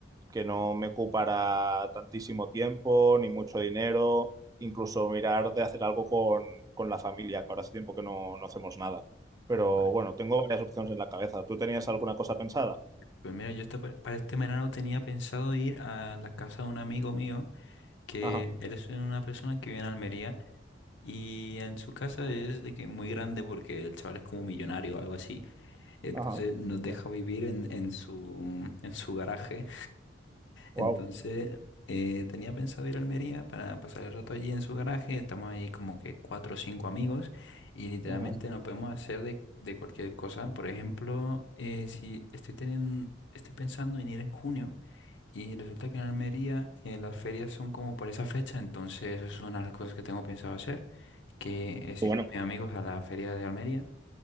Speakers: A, on the right; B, on the left.
A: que no me ocupara tantísimo tiempo ni mucho dinero, incluso mirar de hacer algo con, con la familia, que ahora hace tiempo que no, no hacemos nada. Pero
B: Vale.
A: bueno, tengo varias opciones en la cabeza. ¿Tú tenías alguna cosa pensada?
B: Pues mira, yo esta- para este verano tenía pensado ir a la casa de un amigo mío, que
A: Ajá,
B: él es una persona que vive en Almería, y en su casa es de que muy grande porque el chaval es como millonario o algo así. Entonces
A: ajá.
B: nos deja
A: Wow,
B: vivir en, en su, en su garaje.
A: wow.
B: Entonces, eh, tenía pensado ir a Almería para pasar el rato allí en su garaje. Estamos ahí como que cuatro o cinco amigos y literalmente
A: Ajá.
B: nos podemos hacer de, de cualquier cosa. Por ejemplo, eh, si estoy teniendo, estoy pensando en ir en junio y resulta que en Almería eh, las ferias son como por esa fecha, entonces esa es una de las cosas que tengo pensado hacer, que es
A: Qué
B: ir
A: Bueno,
B: con mis amigos a la feria de Almería.